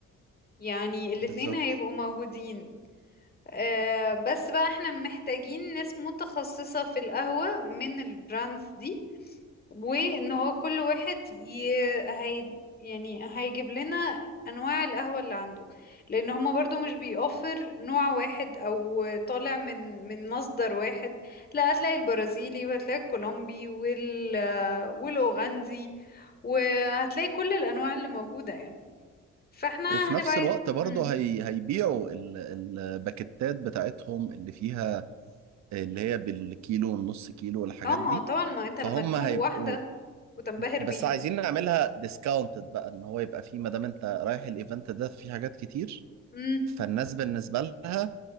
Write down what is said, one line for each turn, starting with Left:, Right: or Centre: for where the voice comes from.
Left: يعني الاتنين
Right: بالظبط
Left: هيبقوا موجودين آه بس بقى احنا محتاجين ناس متخصصة في القهوة من البراندز دي وان هو كل واحد ي... هي... يعني هيجيب لنا انواع القهوة اللي عنده لان هما برضو مش بيوفر نوع واحد او طالع من من مصدر واحد لا هتلاقي البرازيلي وهتلاقي الكولومبي وال والاوغندي وهتلاقي كل الانواع اللي موجودة يعني فاحنا
Right: وفي
Left: هنبقى
Right: نفس
Left: عايز
Right: الوقت برضه
Left: مم.
Right: هي هيبيعوا ال- الباكتات بتاعتهم اللي فيها اللي هي بالكيلو والنص كيلو والحاجات
Left: اه ما
Right: دي
Left: هو طبعا ما انت
Right: فهم
Left: لما تدوق
Right: هيبقوا
Left: واحدة وتنبهر
Right: بس
Left: بيها
Right: عايزين نعملها ديسكاونتد بقى ان هو يبقى فيه ما دام انت رايح الايفنت ده فيه حاجات كتير
Left: مم.
Right: فالناس بالنسبة لها